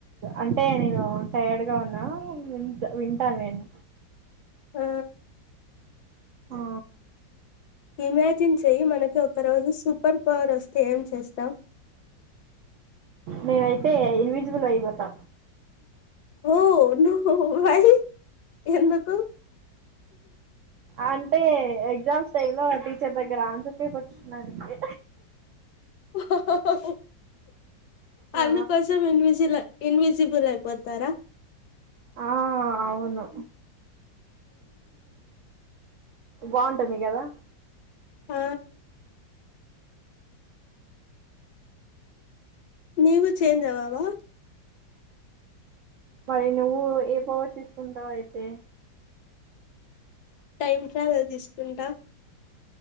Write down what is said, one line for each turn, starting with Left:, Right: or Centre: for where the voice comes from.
Right: అంటే నేను టైడ్ గా ఉన్నా వి వింటాను నేను
Left: ఆ
Right: ఆ
Left: ఇమేజనీ చెయ్యి మనకి ఒకరోజు సూపర్ పవర్ వస్తే ఏం చేస్తావ్
Right: నేనయితే ఇన్విజిబుల్ అయిపోతా
Left: ఓ నువు వై ఎందుకు
Right: అంటే ఎగ్జామ్స్ టైమ్ లో టీచర్ దగ్గర ఆన్సర్ పేపర్స్ చుడానికి
Left: ఓహో
Right: ఆ
Left: అందుకోసం ఇన్విజిల ఇన్విజిబుల్ అయిపోతారా
Right: ఆ అవును బొంటుంది కదా
Left: ఆ నీవు చేంజెవ్వావా
Right: మరి నువ్వు ఏ పవర్ తీసుకుంటావయితే
Left: టైమ్ ట్రావెల్ తీసుకుంటా